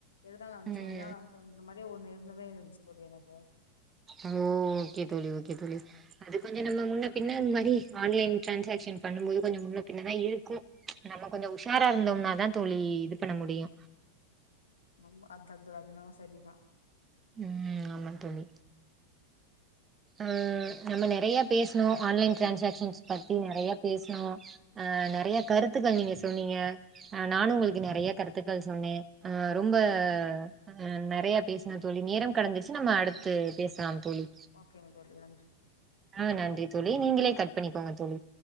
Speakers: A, on the left; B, on the right.
A: எதுனால அம்ச்சோ
B: ம்
A: எதுனால அம்ச்சோ இந்த மா ரி ஒன்னு இருந்தவே இருந்துச்சி தோழி எனக்கு
B: ஓ ஓகே தோழி ஓகே தோழி அது கொஞ்சொ நம்ம முன்னப் பின்ன அந் மாரி ஆன்லைன் ட்ரான்சாக்ஷன் பண்ணும் போது கொஞ்சொ முன்னப் பின்னதா இருக்கு நம்ம கொஞ்சொ உஷாரா இருந்தோம்னா தா தோழி இது பண்ண முடியு
A: நம் அத் அது அதென்னவோ சரிதா
B: ம் ஆமா தோழி ஆ நம்ம நெறையா பேசுனோ ஆன்லைன் ட்ரான்சாக்ஷன்ஸ் பத்தி நெறைய பேசுனோ ஆ நெறைய கருத்துகள் நீங்க சொன்னீங்க ஆ நானு உங்கள்க்கு நெறைய கருத்துக்கள் சொன்னே ஆ ரொம்ப ஆ நெறைய பேஸ் ணோ தோழி நேரம் கடந்துருச்சி நம்ம அடுத்து பேசலாம் தோழி
A: ஓகேங்க தோழி நன்றி தோழி
B: ஆ நன்றி தோழி நீங்களே கட் பண்ணிக்கோங்க தோழி